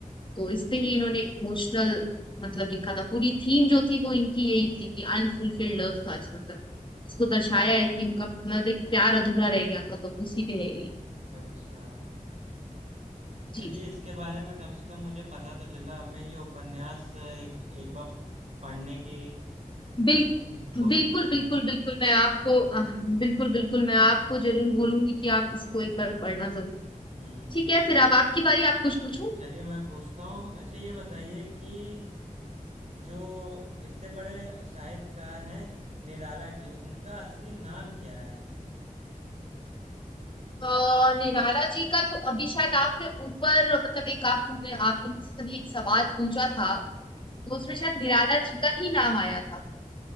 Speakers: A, on the left; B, on the right.
A: तो इसलिए ही इन्होंने इमोशनल मतलब लिखा था पूरी थीम जो थी वो इनकी यही थी कि अनफुलफिल्ड लव था इसमें मतलब इसको दर्शाया है कि उनका मतलब एक प्यार अधूरा रह गया था तो उसी पे है ये
B: अच्छा चलिए
A: जी जी
B: इसके बारे में कम से कम मुझे पता तो चला अब मैं ये उपन्यास अ, एक एक बार पढ़ने की
A: बिल,
B: हम्म, कोशिश
A: बिल्कुल
B: करूंगा
A: बिल्कुल बिल्कुल मैं आपको
B: हम्म
A: आह, बिल्कुल बिल्कुल मैं आपको जरूर बोलूंगी कि आप इसको एक बार पढ़ना जरूर
B: हम्म।
A: ठीक है फिर अब आपकी बारी आप कुछ पूछो
B: चलिए मैं पूछता हूँ अच्छा ये बताइए कि जो इतने बड़े साहित्यकार हैं निराला जी उनका असली नाम क्या है
A: अ, निराला जी का तो अभी शायद आपने ऊपर मतलब एक आप आपने आपने सभी एक सवाल पूछा था तो
B: हम्म
A: उसमें शायद निराला जी का ही नाम आया था